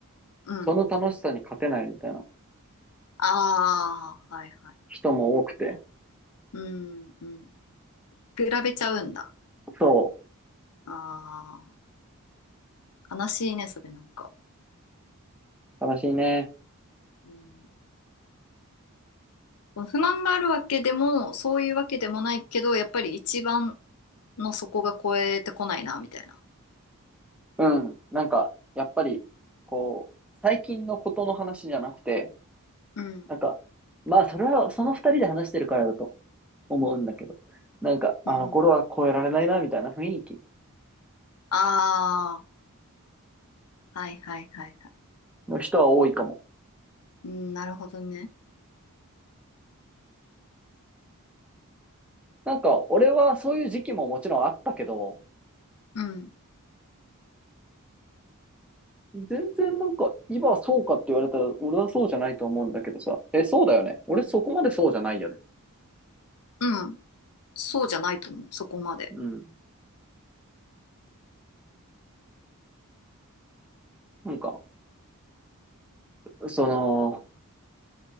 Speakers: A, on the left; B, in the centre.
A: うん。
B: その楽しさに勝てないみたいな
A: ああ、はいはい。
B: 人も多くて。
A: うん、うん。比べちゃうんだ。
B: そ
A: ああ、悲しいね、それなんか。
B: う、悲しいね。
A: うん。不満があるわけでも、そういうわけでもないけど、やっぱり一番の底が超えてこないな、みたいな。
B: うん。なんか、やっぱり、こう、最近のことの話じゃなくて、
A: うん、
B: なんか、まあ、それは、その二人で話してるからだと思うんだけど、なんか、
A: うん。
B: あの頃は超えられないな、みたいな雰囲気
A: あはいはいはいはい。
B: の人は多いかも。
A: うん、なるほどね。
B: なんか、俺はそういう時期ももちろんあったけど、
A: うん。
B: 全然なんか、今はそうかって言われたら、俺はそうじゃないと思うんだけどさ、え、そうだよね。俺そこまでそうじゃないよね。
A: うん。うん。そうじゃないと思う。そこまで。
B: うん。なんか、その、